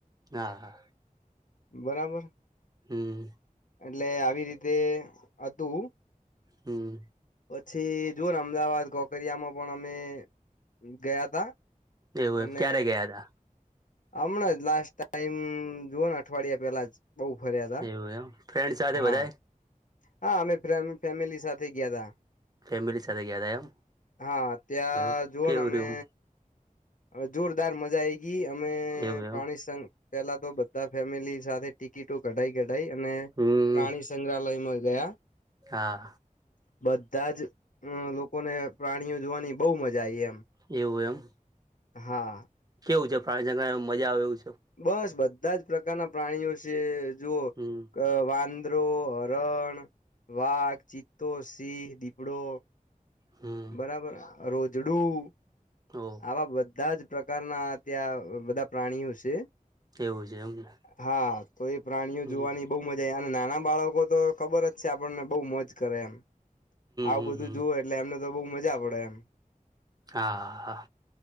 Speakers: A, on the right; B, on the left.
A: હા હા
B: બરાબર
A: હમ
B: એટલે આવી રીતે હતું
A: હમ
B: પછી જોુ ને અમદાવાદ કોકરિયામાં પણ અમે ગયા તા
A: એવું એમ
B: અને
A: ક્યારે ગયા તા
B: હમણાં જ લાસ્ટ ટાઈમ જુઓ ને અઠવાડિયા પેલા જ બઉ ફર્યાદા
A: એવું એમ ફ્રેન્ડ સાથે
B: હા
A: બધાએ
B: હા અમે ફેમિલી સાથે ગયા ત
A: ફેમિલી સાથે ગયા તા એમ
B: હા ત્યાં
A: એવું
B: જુઓને
A: કેવું
B: અમે
A: રહ્યું
B: હવે જોરદાર મજા આ ગઈ અમે
A: એવું
B: પ્રાણીસઘ
A: એમ
B: પેલા તો બધા ફેમિલી સાથે ટિકિટો કઢાઈ કઢાય અને
A: હમ્મ
B: પ્રાણી સંગ્રહાલયમાં ગયા
A: હા
B: બધા જ અ લોકોને પ્રાણીઓ જોવાની બહુ મજા આ એમ
A: એવું એમ
B: હા
A: કેવું છે પ્રાણીજંામાં મજા આવે એું છે
B: બસ બધા જ પ્રકારના પ્રાણીઓ છે જુઓ
A: હમ્મ
B: વાંદ ચદ્રો હરણ વાઘ ચિત્તો સિંહ દીપડો
A: હમ્મ
B: બરાબર રોજડું
A: ઓહ
B: આવા બધા જ પ્રકારના ત્યાં બધા પ્રાણીઓ છે
A: એવું છે એમને
B: હા તો એ પ્રાણીઓ
A: હમ્મ
B: જોવાની બહુ મજા અને નાના બાળકો તો ખબર જ છે આપણને બહુ મજ કરે એમ આવું
A: હમ્મ
B: બધું
A: હમ્મ
B: જોુવું એટલે એમને તો બહુ મજા પડે એમ
A: હા હા